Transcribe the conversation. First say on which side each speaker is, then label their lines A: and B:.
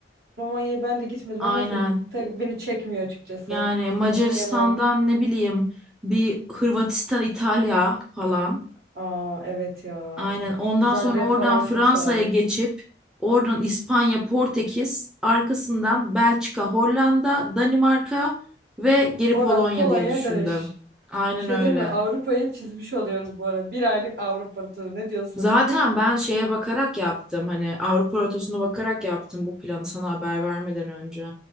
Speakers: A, on the right; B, in the centre.
A: Romanya'ya ben de gitmedim
B: Aynen.
A: ama çok tabii beni çekmiyor açıkçası.
B: Yani Macaristan'dan
A: Romanya'nın o.
B: ne bileyim bir Hırvatistan, İtalya falan.
A: Aa, evet ya.
B: Aynen. Ondan
A: Zagreb
B: sonra oradan
A: falan
B: Fransa'ya
A: çok sarar.
B: geçip oradan İspanya, Portekiz, arkasından Belçika, Hollanda, Danimarka ve geri
A: Oradan
B: Polonya
A: Polonya'ya
B: diye düşündüm.
A: dönüş.
B: Aynen
A: Bir şey
B: öyle.
A: değil mi? Avrupa'yı çizmiş oluyoruz bu arada. Bir aylık Avrupa turu. Ne diyorsun?
B: Zaten ben şeye bakarak yaptım hani Avrupa rotasına bakarak yaptım bu planı sana haber vermeden önce.